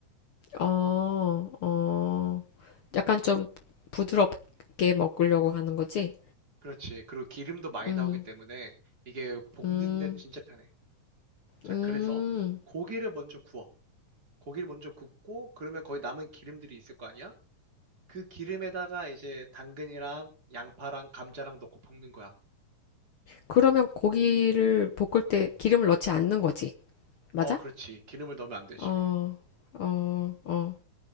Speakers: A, on the left; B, on the right.
A: 어, 어. 약간 좀 부드럽게 먹으려고 하는 거지?
B: 그렇지. 그리고 기름도 많이
A: 음,
B: 나오기 때문에 이게 볶는데
A: 음,
B: 진짜 편해. 자,
A: 음.
B: 그래서 고기를 먼저 구워. 고기를 먼저 굽고 그러면 거기 남은 기름들이 있을 거 아니야? 그 기름에다가 이제 당근이랑 양파랑 감자랑 넣고 볶는 거야.
A: 그러면 고기를 볶을 때 기름을 넣지 않는 거지? 맞아?
B: 어, 그렇지. 기름을 넣으면 안 되지.
A: 어, 어, 어,